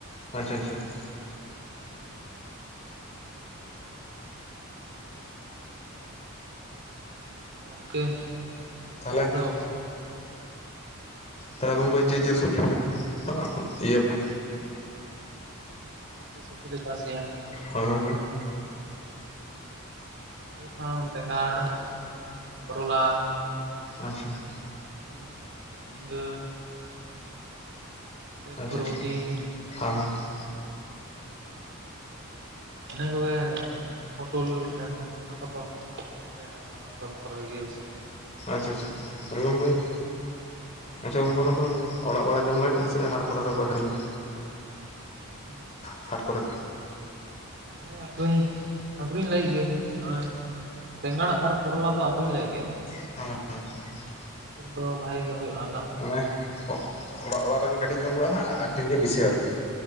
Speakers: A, on the left (about 30°); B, on the right (about 55°).
A: ᱟᱪᱪᱷᱟ ᱟᱪᱪᱷᱟ ᱾
B: ᱜᱚᱝᱠᱮ
A: ᱛᱟᱦᱚᱞᱮ
B: ᱟᱯᱮ ᱫᱚ?
A: ᱦᱮᱸ ᱜᱚᱝᱠᱮ ᱪᱮᱫ ᱪᱮᱫ ᱥᱚᱵᱽᱡᱤ ᱯᱮ ᱦᱟᱸ ᱤᱭᱟᱹ ᱯᱮ?
B: ᱪᱮᱜ ᱪᱮᱜ ᱥᱚᱵᱽᱡᱤ ᱞᱮ ᱪᱟᱥ ᱜᱮᱭᱟ ᱦᱮᱸ ᱥᱮ?
A: ᱦᱳᱭ ᱦᱳᱭ ᱦᱳᱭ ᱾
B: ᱦᱩᱭᱩᱜ ᱠᱟᱱᱟ ᱵᱮᱸᱜᱟᱲ, ᱠᱚᱨᱚᱞᱟ,
A: ᱟᱪᱪᱷᱟ ᱾
B: ᱩᱸ ᱡᱷᱤᱸᱜᱟᱹ,
A: ᱟᱪᱪᱷᱟ
B: ᱵᱷᱚᱨᱵᱚᱴᱤ
A: ᱟᱪᱪᱷᱟ, ᱦᱟᱸ ᱦᱟᱸ ᱾
B: ᱤᱱᱟᱹ ᱠᱚᱜᱮ ᱯᱚᱴᱚᱞ, ᱰᱷᱮᱲᱚᱥ ᱚᱱᱟ ᱠᱚᱫᱚ ᱟᱞᱮᱭᱟᱜ ᱚᱱᱟ ᱠᱚᱫᱚ ᱵᱚᱠᱚ ᱨᱚᱦᱚᱭ ᱜᱮᱭᱟ ᱵᱮᱥᱤ ᱾
A: ᱟᱪᱪᱷᱟ ᱟᱪᱪᱷᱟ ᱟᱪᱪᱷᱟ, ᱦᱳᱭ ᱜᱚᱢᱠᱮ ᱾ ᱟᱪᱪᱷᱟ ᱜᱚᱝᱠᱮ ᱚᱱᱟ ᱫᱚ ᱚᱲᱟᱜ ᱵᱟᱲᱟ ᱡᱚᱢ ᱞᱟᱹᱜᱤᱫ ᱜᱮ ᱥᱮ, ᱦᱟᱴ ᱯᱟᱛᱟ ᱠᱚ ᱨᱮ ᱯᱮ ᱟᱹᱠᱷᱨᱤᱧ ᱜᱮᱭᱟ?
B: ᱦᱩᱸ
A: ᱦᱟᱴ ᱠᱚᱨᱮ?
B: ᱦᱮᱸ ᱟᱹᱠᱷᱨᱤᱧ, ᱟᱹᱠᱷᱨᱤᱧ ᱞᱟᱹᱜᱤᱫ ᱜᱮ ᱱᱚᱜ-ᱚᱭ ᱵᱮᱸᱜᱟᱲ ᱟᱨ ᱠᱚᱨᱚᱞᱟ ᱫᱚ ᱟᱹᱠᱷᱨᱤᱧ ᱞᱟᱹᱜᱤᱫ ᱜᱮ᱾
A: <unintelligible>
B: ᱩᱱ ᱫᱚ ᱵᱷᱟᱹᱜᱤ ᱜᱮ ᱦᱩᱭᱩᱜ-ᱟ᱾
A: ᱢᱟᱱᱮ ᱚᱲᱟᱜ ᱚᱲᱟᱜ ᱨᱮᱜᱮ ᱠᱟᱹᱴᱤᱡ ᱡᱚᱢ ᱵᱟᱲᱟᱜ-ᱟ ᱦᱟᱸᱜ ᱟᱨ ᱟᱹᱠᱷᱨᱤᱧ ᱜᱮ ᱵᱮᱥᱤ ᱟᱨᱠᱤ?